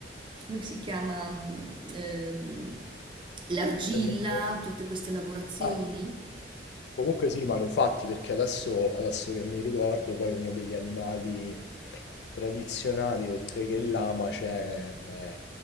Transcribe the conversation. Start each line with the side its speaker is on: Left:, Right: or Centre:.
Right: come si chiama, mm, ehm, l'argilla,
Left: Ehm,
Right: tutte queste lavorazioni.
Left: ah, comunque sì, manufatti, perché adesso adesso che mi ricordo, poi uno degli animali tradizionali, oltre che il lama, c'è eh,